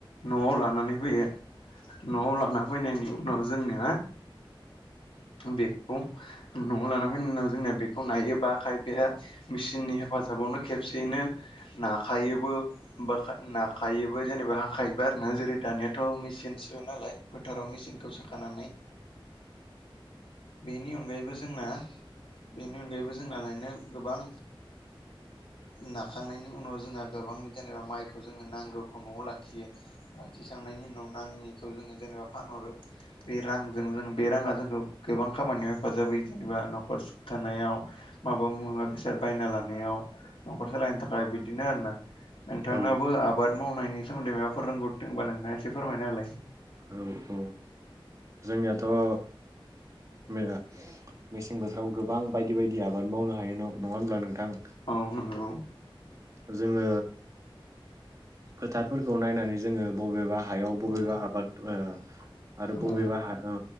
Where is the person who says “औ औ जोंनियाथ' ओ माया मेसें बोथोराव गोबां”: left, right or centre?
Right